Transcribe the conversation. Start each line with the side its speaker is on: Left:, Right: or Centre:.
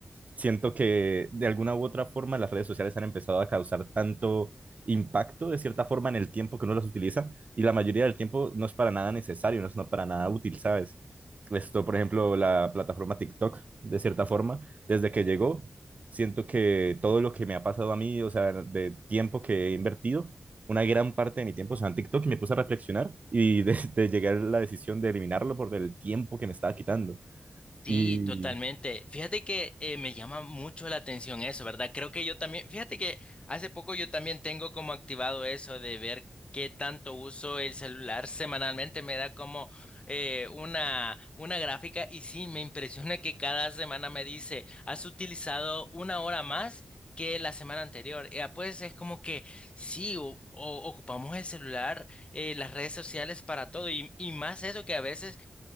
Right: siento que de alguna u otra forma las redes sociales han empezado a causar tanto impacto de cierta forma en el tiempo que uno las utiliza y la mayoría del tiempo no es para nada necesario, no es no para nada útil, ¿sabes? Esto, por ejemplo, la plataforma TikTok, de cierta forma, desde que llegó, Siento que todo lo que me ha pasado a mí, o sea, de tiempo que he invertido, una gran parte de mi tiempo, o sea, en TikTok, y me puse a reflexionar y de, <laughs> de llegar a la decisión de eliminarlo por el tiempo que me estaba quitando.
Left: Sí,
Right: Y
Left: totalmente. Fíjate que eh, me llama mucho la atención eso, ¿verdad? Creo que yo también, fíjate que hace poco yo también tengo como activado eso de ver qué tanto uso el celular semanalmente. Me da como eh, una, una gráfica y sí, me impresiona que cada semana me dice, has utilizado una hora más que la semana anterior. Eh, ah, pues es como que sí, o- o- ocupamos el celular, eh, las redes sociales para todo y, y más eso que a veces